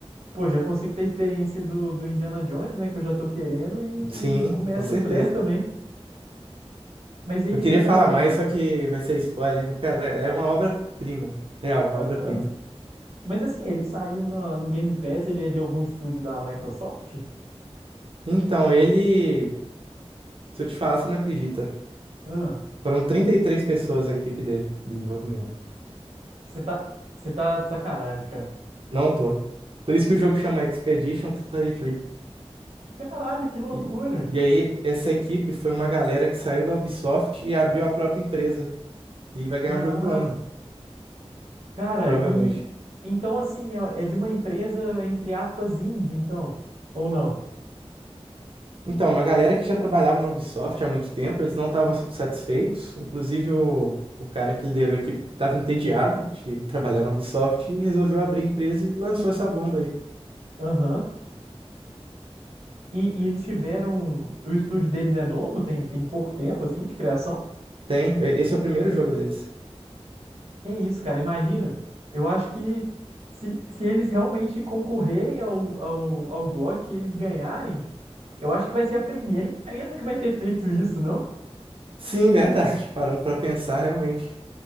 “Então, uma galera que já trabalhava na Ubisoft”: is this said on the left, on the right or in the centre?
Right